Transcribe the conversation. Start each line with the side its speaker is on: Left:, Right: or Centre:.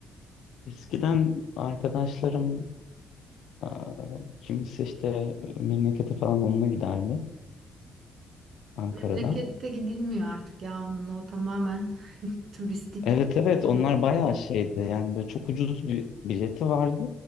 Left: eskiden arkadaşlarım Aa, Kimisi işte memlekete falan onunla giderdi Ankara'da.
Right: Memlekette gidilmiyor artık ya onunla o tamamen <laughs> turistik
Left: Evet evet
Right: bir şey
Left: onlar
Right: oluyor.
Left: bayağı şeydi yani böyle çok ucuz bir bileti vardı.